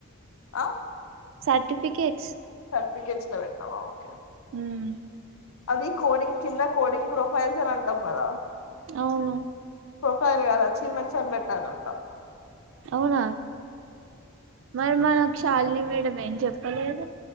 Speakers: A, on the left; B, on the right.
A: ఆ
B: సర్టిఫికేట్స్
A: సటిఫట్స్ ల పెట్టినవా ఓకే
B: మ్
A: అది కోడింగ్ కింద కోడింగ్ ప్రొఫైల్స్ అని అంటాం కదా
B: అవును
A: ప్రొఫైల్ కదా అచీవ్మెంట్స్ అని పెెట్టాలంటా
B: అవునా మరి మనకు షాలీని మేడం ఏం చెప్పలేదు